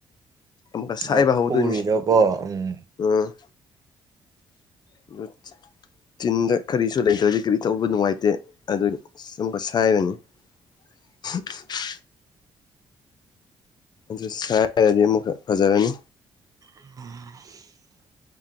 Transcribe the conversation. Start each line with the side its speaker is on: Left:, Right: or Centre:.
Left: ꯑꯃꯨꯛꯀ ꯁꯥꯏꯕ
Right: ꯂꯣꯛ
Left: ꯍꯧꯗꯣꯏꯅꯦ
Right: ꯈꯨꯔꯤꯗꯣ ꯀꯣ ꯎꯝ
Left: ꯎꯝ ꯗꯨꯠ ꯆꯤꯟꯗ ꯀꯔꯤꯁꯨ ꯂꯩꯇ꯭ꯔꯗꯤ ꯀꯔꯤ ꯇꯧꯕ ꯅꯨꯡꯉꯥꯏꯇꯦ ꯑꯗꯨꯒꯤ ꯑꯃꯨꯛꯀ ꯁꯥꯏꯔꯅꯤ <inaudible> ꯑꯗꯨ ꯁꯥꯏꯔꯅꯤ ꯑꯃꯨꯛꯀ ꯐꯖꯔꯅꯤ
Right: <inaudible>